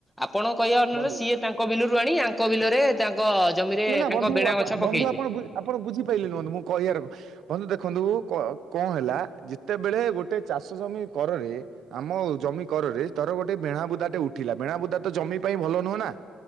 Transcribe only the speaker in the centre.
ଆପଣଙ୍କ କହିବା ଅନରେ
ସିଏ ତାଙ୍କ ବିଲରୁ ଆଣି ଆଙ୍କ ବିଲରେ। ତାଙ୍କ ଜମିରେ
ତାଙ୍କ
ବେଣା ଗଛ
ପକେଇଲେ।